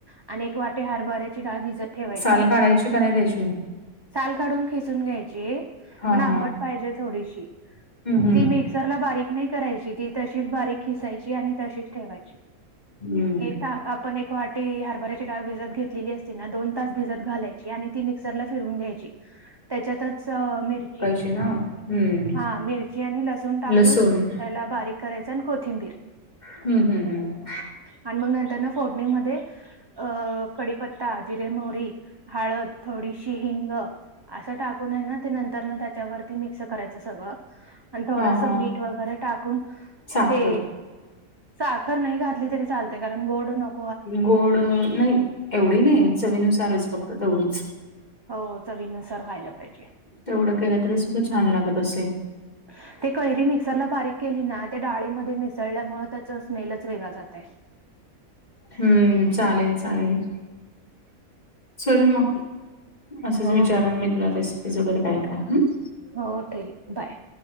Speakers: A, on the right; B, on the left.
A: आणि एक वाटी हरभऱ्याची डाळ भिजत ठेवायची.
B: साल काढायची का नाही त्याची
A: साल काढून किसून घ्यायची
B: हा
A: पण आंबट
B: हा
A: पाहिजे थोडीशी
B: हम्म हम्म
A: ती मिक्सरला बारीक नाही करायची ती तशीच बारीक खिसायची आणि तशीच ठेवायची
B: हम्म
A: ते आपण एक वाटी हरभराची डाळ भिजत घेतलेली असती ना दोन तास भिजत घालायची आणि ती मिक्सर ला फिरवून घ्यायची. त्याच्यातच मिरची
B: ते ना हम्म
A: हा मिरची आणि लसूण टाकून
B: लसूण
A: त्याला बारीक करायच आणि कोथिंबीर
B: हम्म-हम्म-हम्म
A: आणि मग नंतर ना फोडणीमध्ये अ कडीपत्ता, जिरे, मोहरी हळद थोडीशी हिंग असं टाकून आहे ना ते नंतर ना त्यांच्यावर असं करायचं सगळं आणि थोडस
B: हा हा
A: मीठ वगैरे टाकून
B: साखर
A: ते साखर नाही घातली तरी चालतंय कारण गोड नक
B: गोड नाही एवढी नाही चवीनुसारच फक्त तेवढीच
A: हो चवीनुसार व्हायला पाहिजे.
B: तेवढं केलं तरी सुद्धा छान लागत असेल.
A: <inaudible> ते कैरी मिक्सरला बारीक केली ना ते डाळीमध्ये मिसळल्यामुळे त्याच स्मेलच वेगळं जातय.
B: हम्म चालेल-चालेल चल मग असंच
A: हो
B: विचारेन
A: हो
B: मी तुला रेसिपीज वगैरे काय काय हम्म
A: हो ताई बाय.